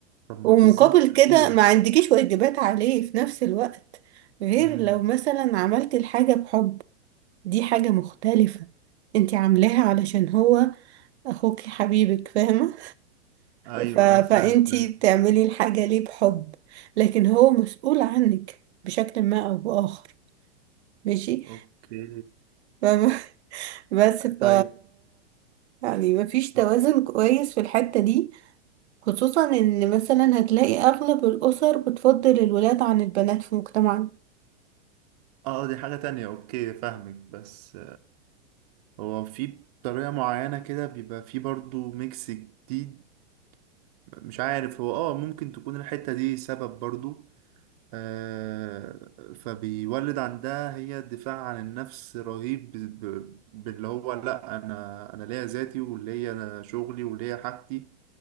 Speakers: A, on the right (about 35°); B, on the right (about 75°).
A: طب ما
B: ومقابل
A: بالظبط
B: كده
A: ايوه
B: ما عندكيش واجبات عليه في نفس الوقت غير
A: امم
B: لو مثلا عملت الحاجة بحب دي حاجة مختلفة انتي عاملاها علشان هو اخوكي حبيبك فاهمة
A: ايوه
B: ف... فانتي
A: أنا فاهم فاهم
B: بتعملي الحاجة ليه بحب لكن هو مسؤول عنك بشكل ما او بآخر ماشي
A: اوكي
B: فاهمة؟ <laughs> بس ف
A: طيب
B: يعني مفيش توازن
A: اه
B: كويس في الحتة دي خصوصا ان مثلا هتلاقي اغلب الاسر بتفضل الولاد عن البنات في مجتمعنا
A: آه، دي حاجة تانية اوكي فاهمك بس هو في طريقة معينة كده بيبقى في برضو ميكس جديد مش عارف هو اه ممكن تكون الحتة دي سبب برضو آه فبيولد عندها هي دفاع عن النفس رهيب ب- ب- باللي هو لأ أنا أنا ليا ذاتي وليا شغلي وليا حاجتي